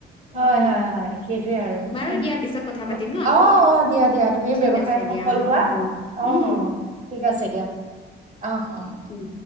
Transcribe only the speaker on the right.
হয়
হয় হয় সেইটোয়ে আৰু,
অ',
অ', দিয়া দিয়া তুমিও
ব্যৱসায়ত
সফল
হোৱা
অ
ঠিক আছে দিয়া অহ অহ।